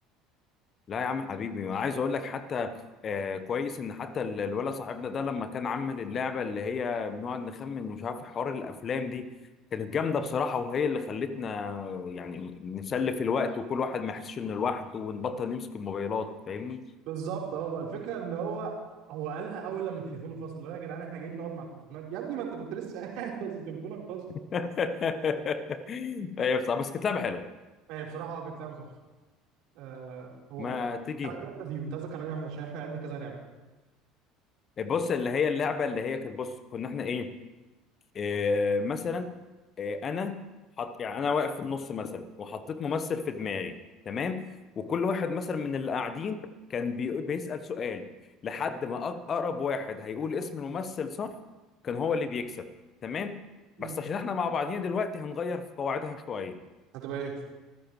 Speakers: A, on the left; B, on the right.
A: لا يا عم حبيبي أنا عايز اقول لك حتى آه كويس ان حتى ال- الولد صاحبنا ده لما كان عامل اللعبه اللي هي بنقعد نخمن مش عارف حوار الافلام دي كانت جامده بصراحه وهي اللي خلتنا يعني نسلف الوقت وكل واحد ما يحسش انه لوحده ونبطل نمسك الموبايلات فاهمني
B: بالظبط اه الفكره ان هو هو قالها اول لما تليفونه فصل اللي هو يا جدعان احنا جايين نقعد مع التليفونات يا ابني ما انت كنت لسه قاعد <laughs> بس تليفونك فصل
A: <laughs> ايوه بصراحه بس كانت لعبه حلوه
B: هي بصراحه هو كانت لعبه تحفه آه هو
A: ما
B: انا
A: تيجي
B: عايز واحده فيهم انت قصدك على أي واحده عشان احنا لعبنا كذا لعبه
A: بص اللي هي اللعبه اللي هي كانت بص كنا احنا ايه آه، مثلا آه، انا حط يعني انا واقف في النص مثلا وحطيت ممثل في دماغي تمام وكل واحد مثلا من اللي قاعدين كان بي- بيسأل سؤال لحد ما أق- اقرب واحد هيقول اسم الممثل صح كان هو اللي بيكسب تمام
B: مم.
A: بس عشان احنا مع بعضينا دلوقتي هنغير في قواعدها شوية
B: هتبقى ايه